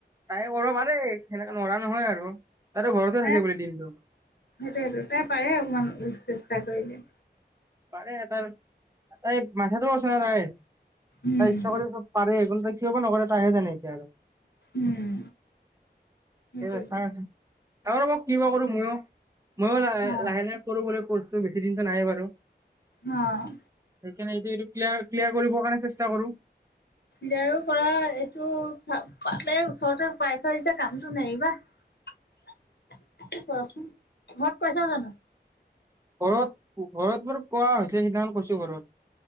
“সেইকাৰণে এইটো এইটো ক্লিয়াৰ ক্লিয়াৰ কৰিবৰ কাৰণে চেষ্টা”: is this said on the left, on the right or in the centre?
Right